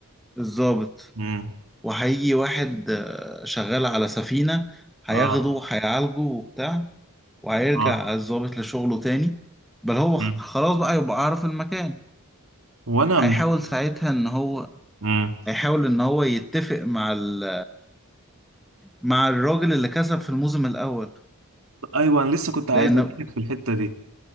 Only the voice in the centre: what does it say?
الضابط
وهيجي واحد آه، شغال على سفينة هياخده
هيعالجه وبتاع وهيرجع
الضابط لشغله تاني بل هو
خ- خلاص بقى يبقى عارف المكان
هيحاول ساعتها ان هو
هيحاول ان هو يتفق مع ال... مع الراجل اللي كسب في الموسم الاول
لان